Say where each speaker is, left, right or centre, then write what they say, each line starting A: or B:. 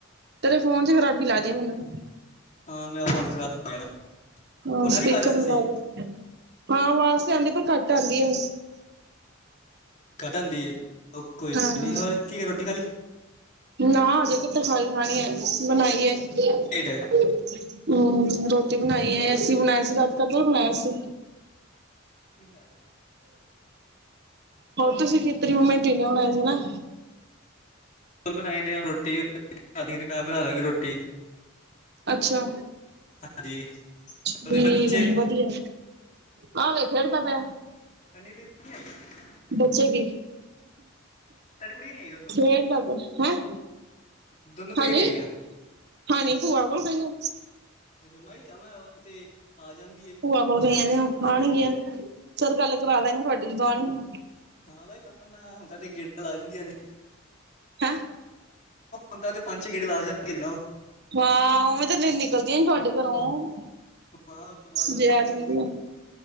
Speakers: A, on the right; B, on the left.
A: ਤੇਰੇ ਫੋਨ ਚ' ਖਰਾਬੀ ਲਾਦੀ ਮੈਨੂੰ।
B: ਹਾਂ, ਮੇਰਾ ਫੋਨ ਖਰਾਬ ਹੋ ਗਿਆ ਨਾ।
A: ਹਾਂ,
B: ਹੁਣ ਆ
A: ਸਪੀਕਰ
B: ਰਹੀ ਆਵਾਜ਼ ਵੈਸੇ ਸਹੀ
A: ਲਾਵਲੋ, ਹਾਂ, ਆਵਾਜ਼ ਤੇ ਆਉਂਦੀ, ਪਰ ਘੱਟ ਆਉਂਦੀ ਆ।
B: ਘੱਟ ਆਂਦੀ ਹੈ, ਕੋਈ
A: ਹਾਂ
B: ਹੋਰ ਕੀ ਹੈ ਰੋਟੀ ਖਾ ਲੀ।
A: ਨਾ, ਅੱਜੇ ਕੇਤ ਖਾ ਖਾਣੀ ਹੈ, ਬਣਾਈਏ। ਹਮ
B: ਲੇਟ
A: ਰੋਟੀ ਬਣਾਈ ਹੈ ਏ, ਅਸੀਂ ਬਣਾਇਆ ਸੀ ਰਾਤ ਕਦੂ ਬਣਾਇਆ ਸੀ।
B: ਕੀ ਬਨਾਆ ਜੇ।
A: ਹੋਰ ਤੁਸੀਂ ਖਤਰੀ ਮੰਮਮੀਟੀਨ ਹੋਣਾਏ ਸੀ ਨਾ।
B: ਬਣਾਏ ਨੇ ਰੋਟੀ, ਮੈਂ ਬਣਾ ਦਾਂਗੀ ਰੋਟੀ।
A: ਅੱਛਾ।
B: ਹਾਂਜੀ
A: ਠੀਕ
B: ਤੁਹਾਡੇ ਬੱਚੇ
A: ਹੈ, ਵਧੀਆ। ਹਵੇ ਖੇਡਦਾ ਪੈ।
B: ਹਨ ਰ <unintelligible>
A: ਬਚੇਗੀ,
B: ਤੁਹਾਡੀ ਕੁੜੀ ਨਹੀਂ ਆਈ ਦੋਨੋਂ
A: ਖੇਡਦਾ ਪੈਹਾ ਹੈਂ।
B: ਦੋਨੋਂ ਕੁੜੀਆਂ
A: ਹਾਨੀ,
B: ਨਹੀਂ ਆਈਆਂ
A: ਹਾਨੀ ਭੂਆ ਕੋਲ ਗਈ ਆ।
B: ਜਮਾ ਹੀ ਕੰਮ ਹੈ ਉਹ ਤੇ, ਆ ਜਾਣ।
A: ਭੂਆ ਹੋ ਗਈਆਂ ਨੇ, ਆਣਗੀਆਂ ਫੇਰ ਗੱਲ ਕਰਾ ਦਿਆਂਗੇ ਤੁਹਾਡੀ, ਜਦੋਂ ਆਣੀ
B: ਹਾਂ ਬਾਈ, ਮੈਂ ਹੁਣ ਤਾਂ ਤੇ ਗੇੜਾ ਲਾ ਜਾਂਦੀਆਂ ਨੇ।
A: ਹੈਂ।
B: ਹੰਦਾ ਤੇ ਪੰਜ-ਛੇ ਗੇੜੇ ਲਾ ਜਾਂਨੇ ਨਾ ਉਹ।
A: ਹਾਂ, ਉਵੇਂ ਤੇ ਨਿਕਲਦੀ ਆ ਨ ਤੁਹਾਡੇ ਘਰੋਂ,
B: ਹਾਂ ਬਸ
A: ਜੇ ਆ
B: ਜਾਂਦੀਆਂ
A: ਜਾਂਦੀ
B: ਨੇ
A: ਆ।